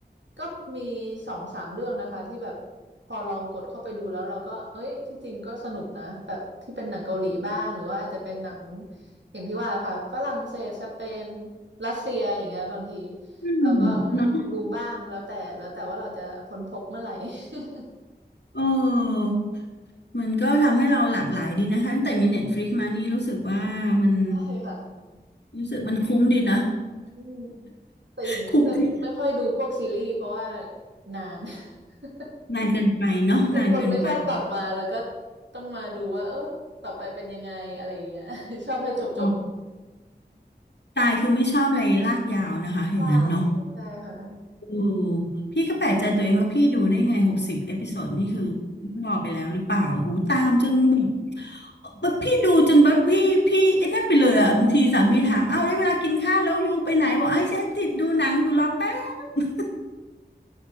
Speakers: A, on the right (about 85°); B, on the left (about 70°).
A: ก็มีสองสามเรื่องนะคะที่แบบพอลองกดเข้าไปดูแล้วเราก็เอ้ยที่จริงก็สนุกนะแบบที่เป็นหนังเกาหลีบ้างหรือว่าอาจจะเป็นหนัง อย่างที่ว่าค่ะฝรั่งเศสสเปนรัสเซียอย่างเงี้ยบางที
B: อืม
A: เราก็อืมดูบ้างแล้วแต่แล้วแต่ว่าเราจะค้นพบเมื่อไหร่
B: เนาะ
A: <laughs>
B: เออมันก็ทำให้เราหลากหลายดีนะคะตั้งแต่มี Netflix มานี่รู้สึกว่ามัน
A: ใช่ค่ะ
B: รู้สึกมันคุ้มดีนะ
A: อืมแต่หญิงจะไม่ค่อยดูพวกซีรีส์เพราะว่า
B: <laughs> คุ้มดี
A: นาน <laughs>
B: นานเกินไปเนาะนานเกินไป
A: เป็นคนไม่ชอบกลับมาแล้วก็ต้องมาดูว่าเออต่อไปเป็นยังไงอะไรอย่างเงี้ย <laughs> ชอบให้จบจบ
B: อ๋อ ตายคือไม่ชอบอะไรลากยาวนะคะอย่างนั้นเนาะ
A: <laughs> ใช่ใช่ค่ะ
B: อืมพี่ก็แปลกใจตัวเองว่าพี่ดูได้ไงหกสิบเอพิโซดนี่คือรอไปแล้วหรือเปล่า หูตามจนแบบแบบพี่ดูจนแบบพี่พี่ไอ้นั่นไปเลยอะบางทีสามีถาม เอ้าได้เวลากินข้าวแล้วยูไปไหนบอกไอ้ฉันติดดูหนังอยู่รอแป๊บ